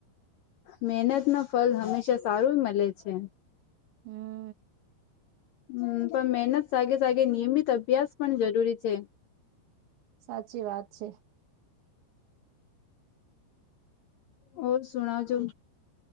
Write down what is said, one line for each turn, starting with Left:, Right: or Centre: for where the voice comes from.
Left: મહેનત ના ફલ હંમેશા સારું મળે છે
Right: હમ
Left: હમ પણ મહેનત સાગે સાગે નિયમિત અભ્યાસ પણ જરૂરી છે
Right: સાચી વાત છે
Left: ઓ સુનો જુ